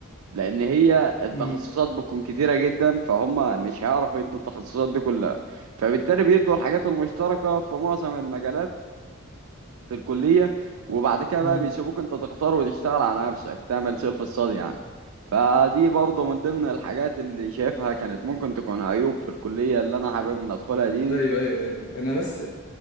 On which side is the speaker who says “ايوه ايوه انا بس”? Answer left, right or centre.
Left